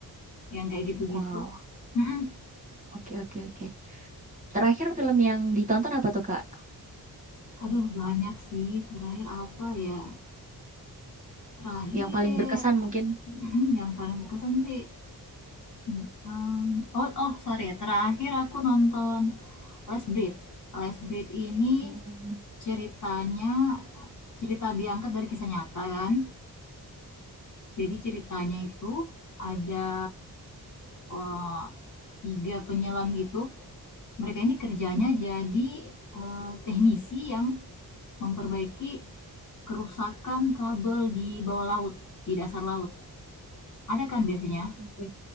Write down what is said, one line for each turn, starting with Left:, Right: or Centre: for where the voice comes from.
Left: yang kayak gitu-gitu.
Right: Wow,
Left: Mm-mm.
Right: oke oke oke. Terakhir film yang ditonton apa tuh Kak?
Left: Aduh banyak sih. Terakhir apa ya? Terakhir
Right: Yang paling berkesan mungkin?
Left: mm, yang paling berkesan sih. mm, um, oh oh sorry ya. Terakhir aku nonton Les Breed. Les Breed ini
Right: Hmm.
Left: ceritanya cerita diangkat dari kisah nyata kan. Jadi ceritanya itu ada, eee, 3 penyelam gitu. Mereka ini kerjanya
Right: Mhm.
Left: jadi, eee, teknisi yang memperbaiki kerusakan kabel di bawah laut, di dasar laut. Ada kan biasanya?
Right: Oke.